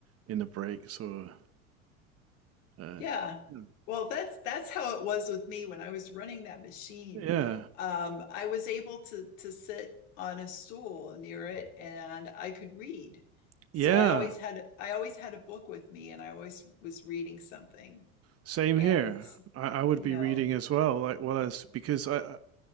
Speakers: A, on the right (about 35°); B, on the left (about 65°).
A: in the breaks or uh,
B: Yeah.
A: Hmm.
B: Well, that's that's how it was with me when I was running that machine.
A: yeah,
B: Um, I was able to to sit on a stool near it and I could read.
A: yeah.
B: So I always had I always had a book with me and I always was reading something.
A: Same
B: And,
A: here. I, I would
B: you
A: be
B: know,
A: reading as well, like well as because I,